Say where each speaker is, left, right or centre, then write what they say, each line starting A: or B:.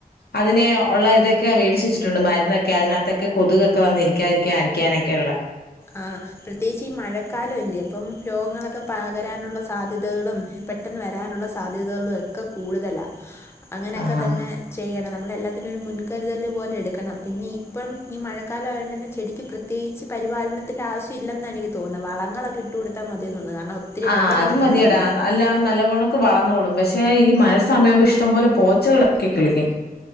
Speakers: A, on the left; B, on the left.
A: അതിനെ ഉള്ള ഇതൊക്കെ വേടിച്ച് വെച്ചട്ടുണ്ട് മരുന്നൊക്കെ അതിനകത്തൊക്കെ കൊതുകൊക്കെ വന്നിരിക്കാതിരിക്കന് ക്കാനൊക്കെയുള്ളെ
B: ആഹ് പ്രത്യേകിച്ച് ഈ മഴക്കാലല്ലേ അപ്പം രോഗങ്ങളൊക്കെ പകരാനുള്ള സാധ്യതകളും പെട്ടെന്ന് വരാനുള്ള സാധ്യതകളുമൊക്കെ കൂടുതലാ.
A: <inaudible>
B: അങ്ങനെക്കെ
A: ആഹ്
B: തന്നെ ചെയ്യണം നമ്മളെ എല്ലാത്തിനും ഒരു മുൻകരുതല് പോലെ എടുക്കണം. പിന്നെ ഇപ്പം ഈ മഴക്കാലം ആയോണ്ടന്നെ ചെടിക്ക് പ്ര ത്യേകിച്ച് പരിപാലനത്തിൻ്റെ ആവശ്യമില്ലെന്ന എനിക്ക് തോന്ന്ന്നെ. വളങ്ങളൊക്കെ ഇട്ട് കൊടുത്താൽ മതി തോന്നുന്നു. കാരണം ഒത്തിരി
A: ആഹ്
B: വെള്ളം
A: അത്
B: കിട്ടുന്നുണ്ടല്ലേ
A: മതിയെടാ. അല്ല നല്ല പോണക്കെ വളർന്നോളും. പക്ഷെ ഈ മഴ സമയവുമ്പോ ഇഷ്ടം പോലെ പോച്ചകളൊക്കെ കിളിക്കും.